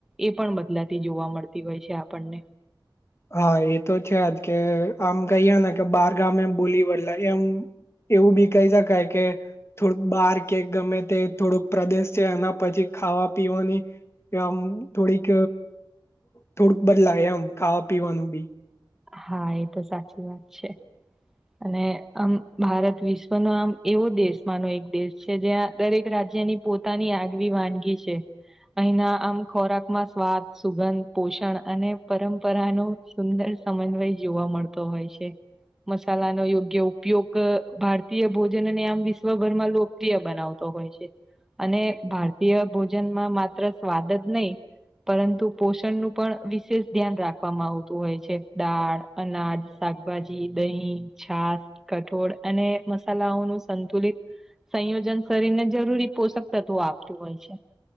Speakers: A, in the centre; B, on the left.
A: એ પણ બદલાતી જોવા મળતી હોય છે આપણને
B: હા, એ તો છે જ કે આમ કહીયે ને કે બાર ગામે બોલી બદલાય એમ એવું બી કહી શકાય કે થોડુંક બાર કે ગમે તે થોડોક પ્રદેશ છે એના પછી ખાવા પીવાની આમ થોડીક, થોડુંક બદલાય આમ ખાવા પીવાનું બી
A: હા, એ તો સાચી વાત છે અને આમ ભારત વિશ્વનો આમ એવો દેશમાંનો એક દેશ છે જ્યાં દરેક રાજ્યની પોતાની આગવી વાનગી છે અહીના આમ ખોરાકમાં સ્વાદ સુગંધ પોષણ અને પરંપરા નો સુંદર સમન્વય જોવા મળતો હોય છે મસાલા નો યોગ્ય ઉપયોગ ભારતીય ભોજન અને આમ વિશ્વભરમાં લો બનાવતો હોય છે, અને ભારતીય ભોજનમાં માત્ર સ્વાદ જ નહીં. પરંતુ પોષણનું પણ વિશેષ ધ્યાન રાખવામાં આવતું હોય છે. દાળ અનાજ શાકભાજી દહીં છાસ. કઠોળ અને મસાલાઓનું સંતુલિત સંયોજન શરીરને જરૂરી પોષક તત્વો આપતું હોય છે.